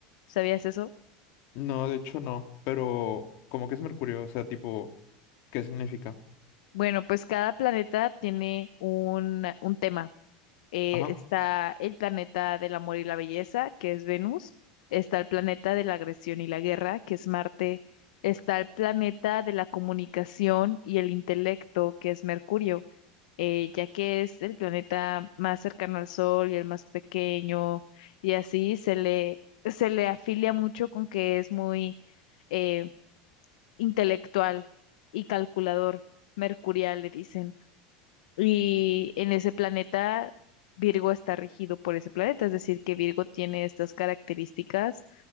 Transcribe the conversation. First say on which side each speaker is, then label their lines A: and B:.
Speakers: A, on the left; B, on the left.
A: ¿Sabías eso?
B: No, de hecho no, pero como que es Mercurio, o sea, tipo, ¿qué significa?
A: Bueno, pues cada planeta tiene un, un tema. eh,
B: Ajá,
A: está el planeta del amor y la belleza, que es Venus, está el planeta de la agresión y la guerra, que es Marte, está el planeta de la comunicación y el intelecto, que es Mercurio, eh, ya que es el planeta más cercano al Sol y el más pequeño, y así se le, se le afilia mucho con que es muy eh, intelectual y calculador, mercurial, le dicen. Y en ese planeta, Virgo está regido por ese planeta, es decir, que Virgo tiene estas características